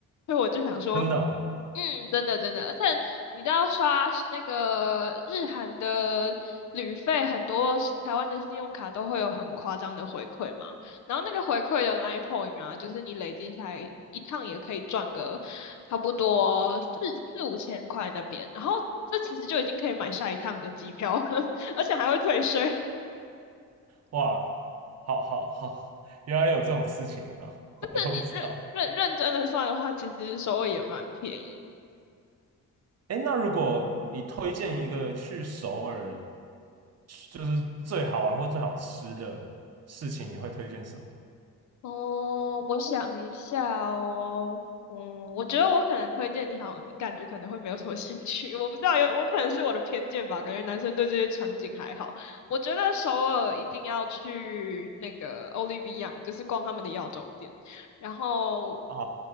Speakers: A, on the left; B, on the right.
A: 所以我就想说，
B: 真的哦
A: 嗯，真的真的，而且你知道刷那个日韩的旅费，很多是台湾的信用卡都会有很夸张的回馈嘛。然后那个回馈的 Line Point 啊，就是你累积下来一趟也可以赚个差不多四四五千块那边，然后这其实就已经可以买下一趟的机票了，<laughs> 而且还会退税。<laughs>
B: 哇，好好好，原来有这种事情的，<laughs>
A: 就是你认认认真的算的话，
B: 我都不知道。
A: 其实首尔也蛮便宜。
B: 哎，那如果你推荐一个去首尔，就是最好玩或最好吃的事情，你会推荐什么？
A: 哦，我想一下哦，嗯，我觉得我可能推荐你好，你感觉可能会没有什么兴趣，<laughs> 我不知道有，我可能是我的偏见吧，感觉男生对这些场景还好。我觉得首尔一定要去那个 Olive y o n 就是逛他们的药妆店，然后。
B: 啊？